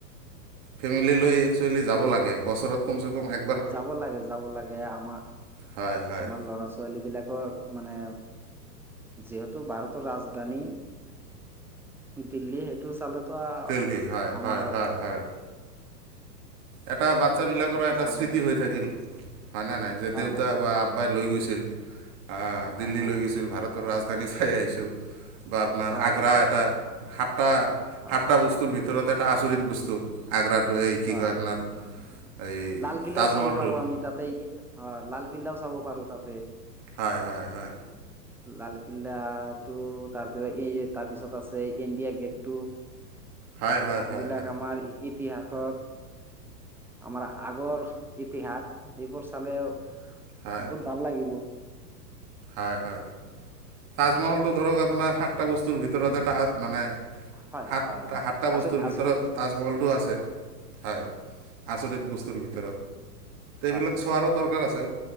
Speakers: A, on the right; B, in the centre.
A: ফেমিলি লৈ একচুৱেলি যাব লাগে বছৰত কমচে কম এক
B: যাব লাগে, যাব লাগে আমাৰ
A: হয় হয়
B: আমাৰ লৰা-ছোৱালীবিলাকৰ মানে যিহেতু ভাৰতৰ ৰাজধানী, দিল্লী সেইটো চালে ত' আ
A: দেলহি হয় হয়
B: আমাৰ
A: হয় হয় এটা বাচ্ছাবিলাকৰো
B: সেইটো
A: এটা
B: চাব
A: স্মৃতি
B: লাগে
A: হৈ থাকিল
B: হয়
A: হয় ন' নাই যে
B: হয়
A: দেউতা
B: হয়
A: বা আব্বাই লৈ গৈ ছিল অহ,
B: হয়
A: দিল্লী
B: হয়
A: লৈ গৈছিল
B: হয়
A: ভাৰতৰ ৰাজধানী চাই আহিছোঁ। বা আপোনাৰ
B: হয়
A: আগ্ৰা
B: হয় হয় হয়
A: এটা সাতটা
B: হয়
A: সাতটা বস্তুৰ ভিতৰত এট এটা আচৰিত বস্তু, আগ্ৰাটো এই কি
B: হয়
A: কয়
B: হয়
A: আপোনাৰ
B: উম,
A: এই
B: লালকিল্লাও
A: তাজমহলটো
B: চাব পাৰোঁ আমি তাতে অ', লাল কিলাও চাব পাৰোঁ তাতে।
A: হয়, হয়, হয়।
B: লালকিল্লাটো তাৰপিছত তাৰ পিছত আছে ইণ্ডিয়া গেটটো।
A: হয় হয়
B: এইবিলাক
A: হয় হয়
B: আমাৰ ইতিহাসত আমাৰ আগৰ ইতিহাস, এইবোৰ চালেও
A: হয়
B: বহুত ভাল লাগিব।
A: হয়- হয় তাজমহলটো ধৰক আপোনাৰ সাতটা বস্তুৰ ভিতৰত এটা মানে
B: হয়
A: সাত
B: হয় হয়
A: সাতটা
B: আচৰিত
A: বস্তুৰ
B: আচৰিত
A: ভিতৰত তাজমহলটো আছে। হয়, আচৰিত বস্তুৰ ভিত এইবিলাক
B: হয়
A: চোৱাৰো দৰকাৰ আছে,